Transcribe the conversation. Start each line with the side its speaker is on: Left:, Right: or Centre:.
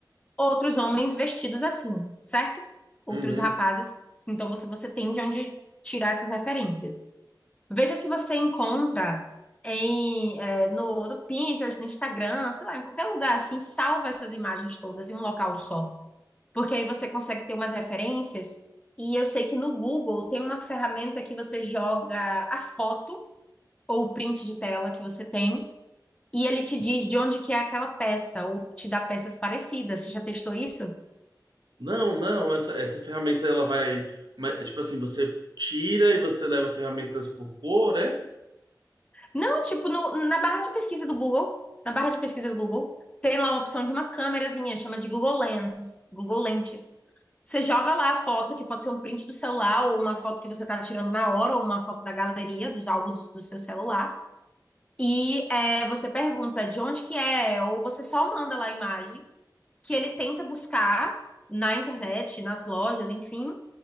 Left: outros homens vestidos assim, certo? Outros
Right: Uhum.
Left: rapazes. Então você, você tem de onde tirar essas referências. Veja se você encontra em, eh, no, no Pinterest, no Instagram, sei lá, em qualquer lugar assim, salva essas imagens todas em um local só. Porque aí você consegue ter umas referências. E eu sei que no Google tem uma ferramenta que você joga a foto ou o print de tela que você tem, e ele te diz de onde que é aquela peça, ou te dá peças parecidas. Você já testou isso?
Right: Não, não, essa, essa ferramenta ela vai. mas, Tipo assim, você tira e você leva ferramentas por cor, é?
Left: Não, tipo, no- na barra de pesquisa do Google, na barra de pesquisa do Google, tem lá uma opção de uma câmerazinha, chama de Google Lens, Google Lentes. Você joga lá a foto, que pode ser um print do celular, ou uma foto que você tá tirando na hora, ou uma foto da galeria, dos álbuns do seu celular. E é, você pergunta de onde que é, ou você só manda lá a imagem, que ele tenta buscar na internet, nas lojas, enfim,